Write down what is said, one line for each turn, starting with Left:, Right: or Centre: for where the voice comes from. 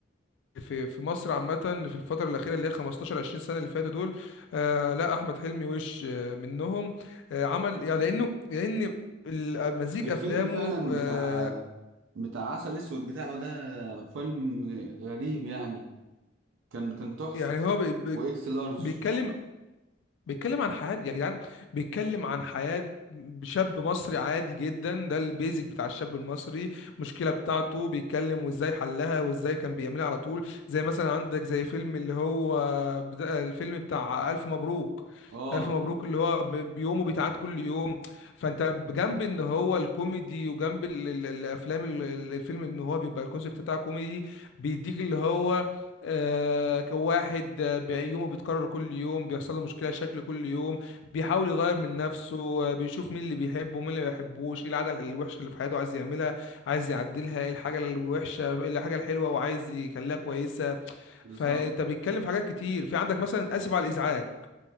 Left: في في مصر عامة في الفترة الأخيرة اللي هي 15 20 سنة اللي فاتوا دول آه لا أحمد حلمي وش آه منهم آه عمل يعني لأنه لأن ال- مزيج
Right: الفيلم
Left: أفلامه
Right: فعلا
Left: آه
Right: بتاع بتاع عسل اسود بتاعه ده فيلم غريب يعني كان كان تحفة
Left: يعني هو بي- بي-
Right: واكس لارج
Left: بيتكلم بيتكلم عن حياة يا جدعان بيتكلم عن حياة شاب مصري عادي جدا ده البيزك بتاع الشاب المصري المشكلة بتاعته بيتكلم وازاي حلها وازاي كان بيعملها على طول زي مثلا عندك زي فيلم اللي هو بتا... الفيلم بتاع ألف مبروك
Right: اه
Left: ألف مبروك اللي هو ب- بيومه بيتعاد كل يوم فأنت بجنب إن هو الكوميدي وجنب ال... ال... الأفلام ال... ال- الفيلم إن هو بيبقى الكونسيبت بتاعه كوميدي بيديك اللي هو آه، كواحد آه، بي- يومه بيتكرر كل يوم بيحصل له مشكلة شكل كل يوم بيحاول يغير من نفسه آه، بيشوف مين اللي بيحبه ومين اللي ما بيحبوش ايه العادة الوحشة اللي في حياته عايز يعملها عايز يعدلها ايه الحاجة الوحشة ايه الحاجة الحلوة وعايز يخليها كويسة
Right: بالظبط
Left: فانت بيتكلم في حاجات كتير في عندك مثلا اسف على الازعاج